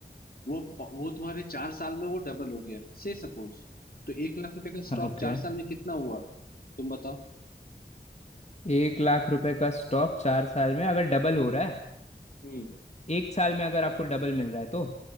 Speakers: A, on the left; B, on the left.
A: वो प- वो तुम्हारे चार साल में वो डबल हो गया से सपोज तो एक लाख रुपए का स्टॉक
B: हाँ ओके
A: चार साल में कितना हुआ तुम बताओ
B: एक लाख रुपए का स्टॉक चार साल में अगर डबल हो रहा है
A: हम्म
B: एक साल में अगर आपको डबल मिल रहा है तो